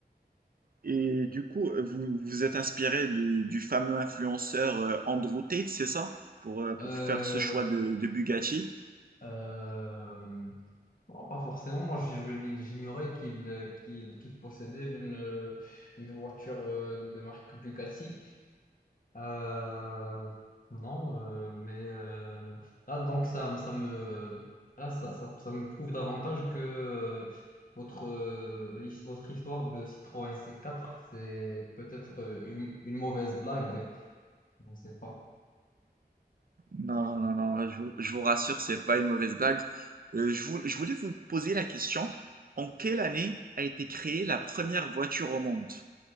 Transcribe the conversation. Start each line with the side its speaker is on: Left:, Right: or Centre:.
Right: Et du coup, vous vous êtes inspiré du, du fameux influenceur euh, Andrew Tate, c'est ça? Pour, euh, pour
Left: Euh,
Right: faire ce choix de, de Bugatti.
Left: euh, bon, pas forcément. Moi, je, je l'i- j'ignorais qu'il euh, qu'il qu'il possédait une, euh, une voiture euh, de marque Bugatti. Euh, non, euh, mais euh, là, donc ça, ça me, là, ça, ça, ça me prouve davantage que euh, votre, euh, his- votre histoire de Citroën C4, c'est peut-être euh, une, une mauvaise blague. Je ne sais pas.
Right: Non, non, non, je vous, je vous rassure, c'est pas une mauvaise blague. Euh, je vou- je voulais vous poser la question, en quelle année a été créée la première voiture au monde?